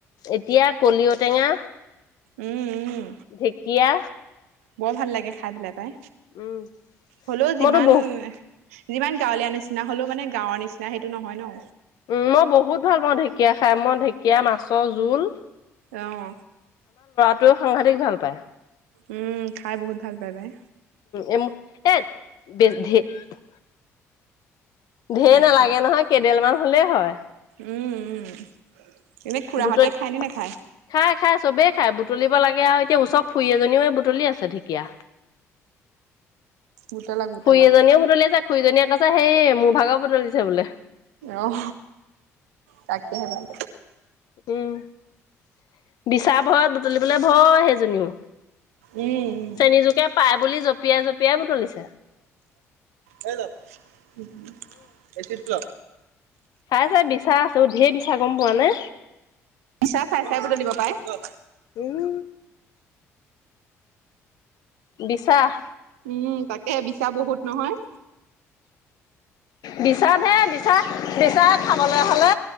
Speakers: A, on the left; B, on the right.
A: এতিয়া কলিঅটেঙা
B: উম, উম,
A: ঢেকীয়া
B: বৰ ভাল লাগে খাই পেলাই
A: উম
B: হ'লেও
A: মইতো
B: যিমান
A: বহু
B: যিমান গাঁৱলীয়া নিচিনা হলেও মানে গাঁৱৰ নিচিনা সেইটো নহয় ন
A: উম মই বহুত ভাল পাওঁ থ ঢেকীয়া খাই মই ঢেঁকীয়া মাছৰ জোল
B: আহ
A: তেওঁও সাঘতিক ভাল পায়
B: উম খাই বহুত ভাল পায় তাই
A: উম এ <unintelligible> ঢেৰ
B: তাকে
A: নালাগে নহয় কেডেলমান ভলেই হয়
B: উম উম এনে খুৰাহঁতে
A: বুটল
B: খায় নে নাখায়
A: খাই খাই চবে খে বুটুলিব লাগে আৰু তে ওচৰ খুৰী এজনীও চলি আছে ঢেকীয়া
B: গোটালক গোটালক
A: খুৰী এজনীও বুটলি আছে খুুৰীয়ে কৈছে তাই হেৰি মোৰ ভাগৰ বোতলিছে বোলে
B: অঁ তাকেহে পাই
A: উম বিচাপ ভৰত বুটলিবলৈ ভয় সেইজনীও
B: উম
A: চেনী জোকে পাইপ বুলি জঁপিয়াই জঁপিয়াই বুটলিছে
B: হল <unintelligible>
A: চাই চাই বিচা আছো ঢেৰ ছ গম পোৱা নে
B: পিছা চাই চাই বদলিব পাৰে
A: উম বিছাস
B: উম তাকে বিছা বহুত নহয়
A: বিচাত হে বিচ বিচাৰ খাবলৈ হ'লে